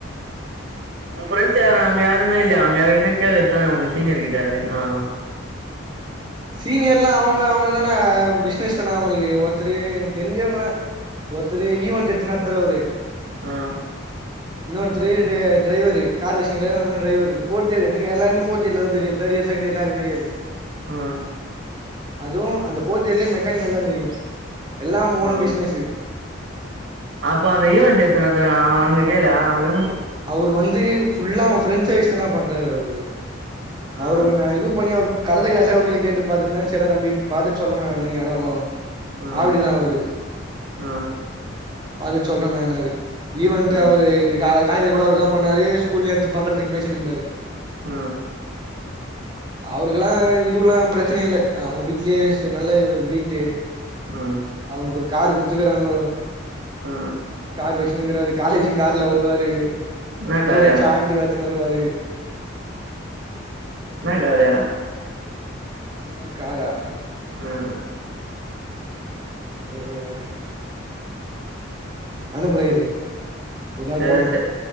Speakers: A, on the right; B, on the right.
A: உ ஃப்ரெண்ட் யாராச்சும் அங்க யாருமே இல்லயா அங்க யாரிட்ட கேழு ஓ சீனியர் கிட்ட யாருகிட்டனா
B: சீனியர் எல்லா அவுங்க அவுங்கதான பிசினஸ் தானே அவுங்களுக்கு ஒருத்தரு எனக்கு தெரிஞ்சவங்கல்ல ஒருத்தரு இவாண்ட் எடுத்து நடத்துரவரு
A: ஆ
B: இன்னொருத்தரு டிரைவர்ரு கார் வச்சுருக்காரு அதனாலடிரைவரு ஃபோர்த் எனக்கு எல்லாருமே போர்த் இயர் தா தெரியும் தேர்ட் இயர் செகண்ட் இயர் எல்லா எனக்கு தெரியாது
A: ஆ
B: அதுவு அந்த போர்த் இயர்லயே மெக்கானிக்கல் தா தெரியும் எல்லாம் ஓன்
A: ஆ
B: பிஸ்சினஸ்ஸு
A: அப்ப அந்த ஈவன்ட் எத்தன எத்த அங்க கேளு நமக்
B: அவுரு வந்து ஃபுல்லா அவ ஃப்ரெண்ட்ச வச்சு தான பண்றாரு அவரு
A: ஆ
B: அவருக்கு நா இது பண்ணி அவர் கரத்த கிளாசே அவர்கள கேட்டு பாத்துனு சரிடா தம்பி பாத்துட்டு சொல்ற நானு எடம்
A: ஆ
B: ஆவடி தா அவரு
A: ஆ
B: பாத்துட்டு சொல்ற மேனாரு ஈவன்ட்டு
A: ஆ
B: அவரு இங்க காலேஜல கூட அவரு தா பண்ணாரு ஸ்கூல்ல எடுத்து பண்றதுக்கு பேசிட் இருந்தாரு
A: ஆ
B: அவருக்கு கெல்லா இதுல்லா பிரச்சன இல்ல அவுங்க வீட்லயே சி நல்ல வெய்ட்டு
A: ம்
B: அவருக்கு ஒரு காரு குடுத்துக்கறாங்கோ
A: ஆ
B: கார் வச்சுனுக்காரு காலேஜ்க்கு கார்ல வருவாரு
A: என்னா காரு
B: போர் அடுச்சா ஆக்டிவா எத்துனு வருவாரு
A: என்ன காரு
B: என்ன காரா
A: ம்
B: <unintelligible> அ அனுப்ற இரு ஒரு நாள்
A: சேர்
B: போனு
A: சே